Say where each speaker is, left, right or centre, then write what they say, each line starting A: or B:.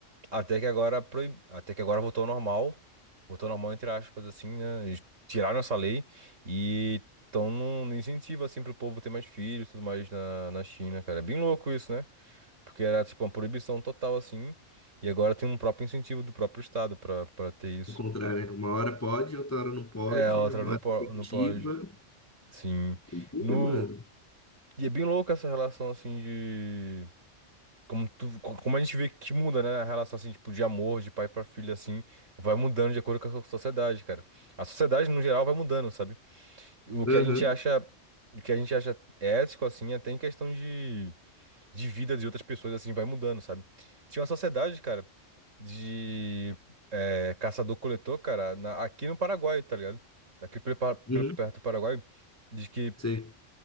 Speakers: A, on the right (about 80°); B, on the left (about 15°).
A: até que agora proib... até que agora voltou ao normal, voltou ao normal entre aspas assim, né? Eles tiraram essa lei e estão no incentivo assim pro povo ter mais filhos, e tudo mais na, na China, cara. É bem louco isso, né? Porque era tipo uma proibição total assim, e agora tem um próprio incentivo do próprio estado pra para ter isso.
B: O contrário, né? Uma hora pode, outra hora não pode,
A: É, a outra
B: é uma
A: não
B: hora
A: po-
B: incentiva.
A: não pode. Sim.
B: Doideira,
A: No...
B: Mano.
A: E é bem louco essa relação assim de Como, tu, co- como a gente vê que muda, né? A relação, assim, tipo, de amor, de pai pra filho, assim, vai mudando de acordo com a so- sociedade, cara. A sociedade, no geral, vai mudando, sabe? E O que
B: Aham.
A: a gente acha, o que a gente acha ético, assim, é até em questão de, de vida de outras pessoas, assim, vai mudando, sabe? Tinha uma sociedade, cara, de eh, caçador-coletor, cara, na- aqui no Paraguai, tá ligado? Aqui pelo, Pa- pelo-
B: Uhum.
A: perto do Paraguai, de que
B: Sei.